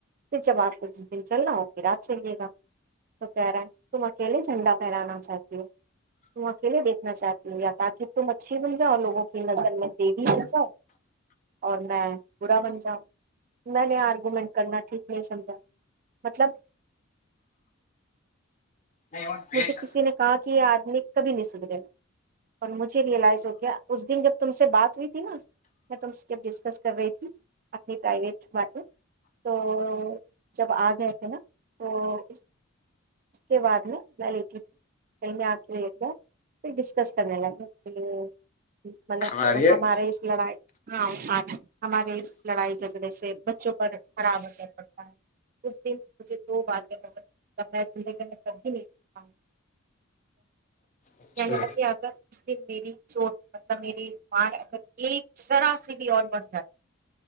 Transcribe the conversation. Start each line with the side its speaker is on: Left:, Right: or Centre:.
Right: کہ جب آپ کو جس دن چلنا ہو کہ رات چلیے گا تو کہہ رہا ہے تم اکیلے جھنڈا پھہرانا چاہتی ہو تم اکیلے دیکھنا چاہتی ہو یا تاکہ تم اچھی بن جاؤ لوگوں <unintelligible> نظر میں دیوی بن جاؤں اور میں برا بن جاؤں میں نے آرگوومینٹ کرنا ٹھیک نہیں سمجھا مطلب <unintelligible>
Left: نہیں بی
Right: مجھے
Left: سک
Right: کسی
Left: <unintelligible>
Right: نے کہا کہ یہ آدمی کبھی نہیں سدرے گا اور مجھے ریئلائز ہو گیا اس دن جب تم سے بات ہوئی تھی نا میں تم سے جب ڈسکس کر رہی تھی اپنی پرائیویٹ باتیں تو جب آ گئے تھے نا تو اس کے بعد میں <unintelligible> میں لی تھی آ کےا پھر ڈسکس کرنے ل <unintelligible> مطلب
Left: آواز آ رہی ہے
Right: ہمارے اس لڑائی <unintelligible> ہاںاں <unintelligible> ہمارے اس لڑائی کے ذریے سے <unintelligible> بچوں پر خراب اثر پڑتا ہے اس دن <unintelligible> مجھے دو باتیں بہت ت نے سے کرھی نہیں ہاں
Left: اچھا
Right: کہنے ل کہ اگر میری چوٹ مطلب میری مار اگر ایک طرح سے بھی اور بڑھ جاتی